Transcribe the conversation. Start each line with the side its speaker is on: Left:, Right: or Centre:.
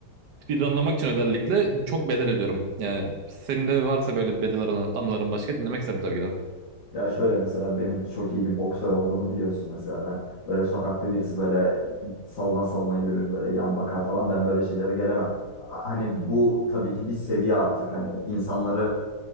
Right: bir anlamak için özellikle çok bedel ödüyorum. Yani senin de varsa böyle bedel anı- anıların başka dinlemek isterim tabii ki de.
Left: Ya şöyle mesela benim çok iyi bir boksör olduğumu biliyorsun. Mesela ben böyle sokakta birisi böyle salına salına yürür böyle yan bakar falan ben böyle şeylere gelemem. A- Hani bu tabii ki bir seviye artık hani insanları